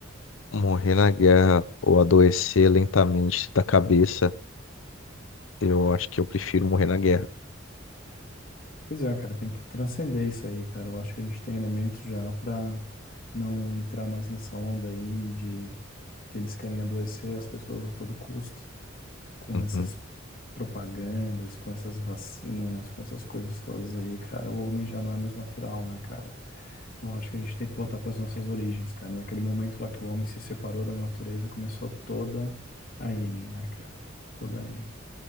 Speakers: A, on the left (about 75°); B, on the left (about 45°).
A: morrer na guerra ou adoecer lentamente da cabeça, eu acho que eu prefiro morrer na guerra.
B: Pois é, cara, tem que transcender isso aí, cara. Eu acho que a gente tem elementos já pra não entrar mais nessa onda aí de que eles querem adoecer as pessoas a todo custo, com
A: Uhum,
B: essas propagandas, com essas vacinas, com essas coisas todas aí, cara. O homem já não é mais natural, né, cara? Então eu acho que a gente tem que voltar para as nossas origens, cara. Naquele momento lá que o homem se separou da natureza, começou toda a M, né, cara? Toda a M.